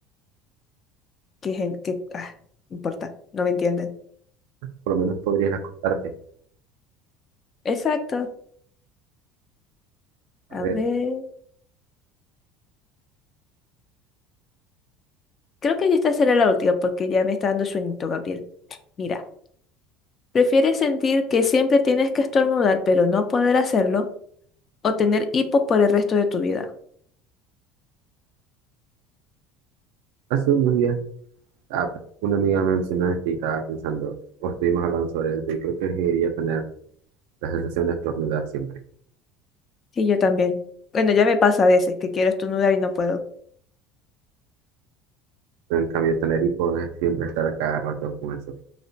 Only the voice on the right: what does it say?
Por lo menos podrías acostarte.
A ver,
hace unos días Ah, pues, una amiga me mencionó esto y estaba pensando, pues estuvimos hablando sobre eso y creo que elegiría tener la sensación de estornudar siempre.
Pero en cambio, tener hipo es siempre estar a cada rato con eso.